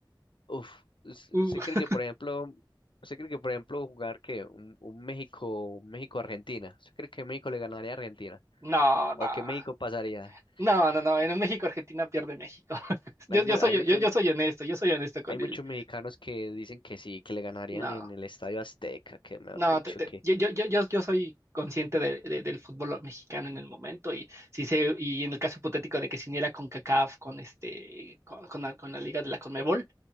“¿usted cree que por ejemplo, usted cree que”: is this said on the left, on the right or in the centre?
Left